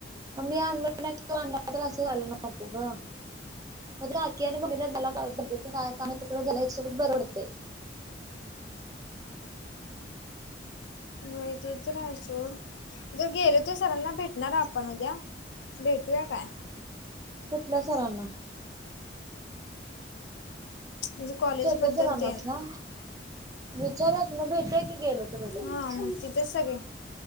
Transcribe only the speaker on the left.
हो ते तर सोड जर गेलो तर सरांना भेटणार आपण उद्या भेटूया काय
म्हणजे कॉलेज
बद्दल
ते
हा मग तिथंच सगळे